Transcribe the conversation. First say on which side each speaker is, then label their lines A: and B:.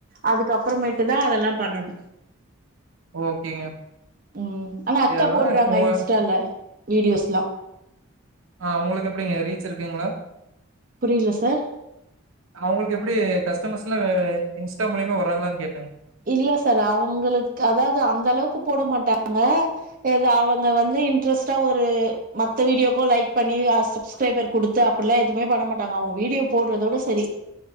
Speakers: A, on the right; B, on the right.
A: அதுக்கப்புறமேட்டு தா அதெல்லா பண்ணணு
B: ஓகேங்க.
A: உம் ஆனா அக்கா
B: சரி அதான்
A: போட்றாங்க
B: உங்க
A: இன்ஸ்டால. வீடியோஸ்லா
B: ஆஹ் அவுங்களுக்கு எப்படிங்க ரீச் இருக்குங்களா.
A: புரியல சார்.
B: அவங்களுக்கு எப்புடி கஸ்டமர்ஸ் எல்லா இன்ஸ்டா மூலியமா வர்றாங்களான் கேட்டங்
A: இல்ல சார் அவங்களுக்கு அதாது அந்த அளவுக்கு போட மாட்டாங்க ஏ அவங்க வந்து இன்ட்ரெஸ்ட்டா ஒரு மத்த வீடியோக்கு லைக் பண்ணி சப்ஸ்கிரைபர் குடுத்து அப்படில்லா எதுவுமே பண்ண மாட்டாங்க அவங்க வீடியோ போடுறதோட சரி.